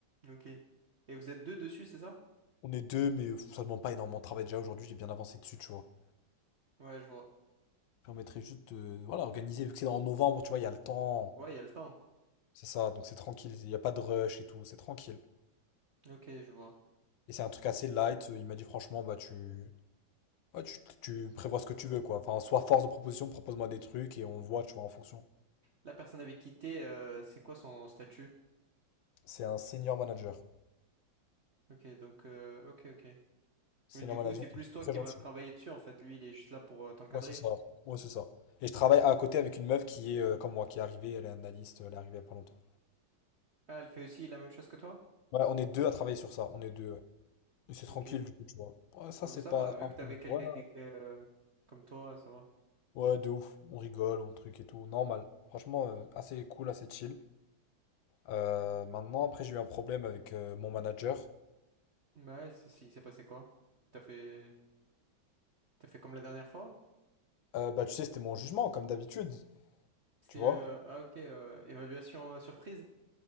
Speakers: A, on the right; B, on the left.
A: Ok. Et vous êtes deux dessus, c'est ça?
B: On est deux, mais euh, ça demande pas énormément de travail déjà aujourd'hui, j'ai bien avancé dessus, tu vois.
A: Ouais, je vois.
B: Ça permettrait juste de, voilà, organiser, vu que c'est en novembre, tu vois, il y a le temps.
A: Ouais, il y a le temps.
B: C'est ça, donc c'est tranquille, il n'y a pas de rush et tout, c'est tranquille.
A: Ok, je vois.
B: Et c'est un truc assez light, euh, il m'a dit franchement, bah tu, Ouais, tu, tu prévois ce que tu veux, quoi. Enfin, sois force de proposition, propose-moi des trucs et on voit, tu vois, en fonction.
A: La personne avait quitté euh, c'est quoi son statut?
B: C'est un senior manager.
A: Ok, donc... euh, Ok, ok.
B: Senior
A: Mais du coup,
B: manager
A: c'est plus
B: qui est
A: toi
B: très
A: qui
B: gentil.
A: vas travailler dessus, en fait. Lui, il est juste là pour euh, t'encadrer.
B: Ouais, c'est ça. Ouais, c'est ça. Et je travaille à côté avec une meuf qui est euh, comme moi, qui est arrivée, elle est analyste, elle est arrivée il y a pas longtemps.
A: Ah, elle fait aussi la même chose que toi?
B: Ouais, on est deux à travailler sur ça. On est deux. ouais. Et c'est
A: Ok.
B: tranquille, du coup, tu vois. Ouais, ça,
A: Ah,
B: c'est
A: mais ça
B: pas.
A: va,
B: pas
A: vu
B: un
A: que
B: problème.
A: t'avais quelqu'un
B: Ouais,
A: qui était euh, comme toi, ça va.
B: ouais, de ouf. On rigole, on truc et tout. Normal. Franchement, euh, assez cool, assez chill. Euh, maintenant, après, j'ai eu un problème avec euh, mon manager.
A: Ouais, c'est- si, il s'est passé quoi? T'as fait... T'as fait comme la dernière fois?
B: Euh, bah, tu sais, c'était mon jugement, comme d'habitude.
A: C'était,
B: Tu vois?
A: euh, ah, ok, euh, évaluation euh, surprise.